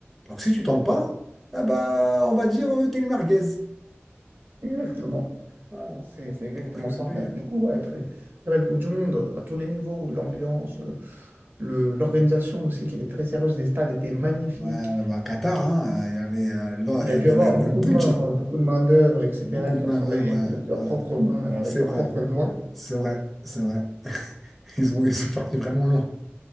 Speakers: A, in the centre; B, on the right (about 50°).
A: Alors que si tu tentes pas, ah bah, on va dire, euh, t'es une merguez.
B: exactement.
A: Voilà.
B: C'est c'est exactement
A: Donc, euh,
B: ça.
A: lui.
B: Ben, du coup, ouais, très, très belle Coupe du Monde, euh, à tous les niveaux, l'ambiance, euh, le- l'organisation aussi, qui était très sérieuse des stades, était magnifique.
A: Ouais, ouais, ouais, Qatar, hein, euh, il y avait, euh, là,
B: Il
A: il
B: y
A: y
B: a
A: avait
B: dû avoir
A: le, le
B: beaucoup
A: budget.
B: de mains, beaucoup de main-d'œuvre, etc.,
A: Beaucoup
B: qui
A: de main-d'œuvre,
B: ont travaillé
A: ouais,
B: avec de, de leurs
A: ouais.
B: propres mains et avec
A: C'est
B: leurs
A: vrai,
B: propres doigts.
A: c'est vrai, c'est vrai. Ils ont, ils sont partis vraiment loin.